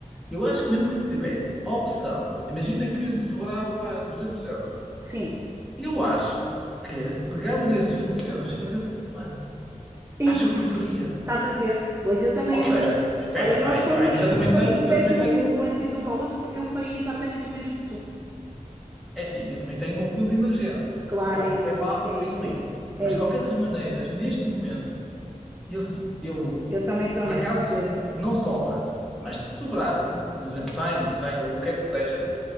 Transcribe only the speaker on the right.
Sim,
é isso.
Estás a ver? Pois eu também
ando.
um boc-
Olha, nós
somos,
somos
péssimas
influências um para o outro porque eu faria exatamente o mesmo que tu.
Claro,
é
isso,
é
isso,
é isso, é
isso.
Eu também estou
nessa,
Pedro.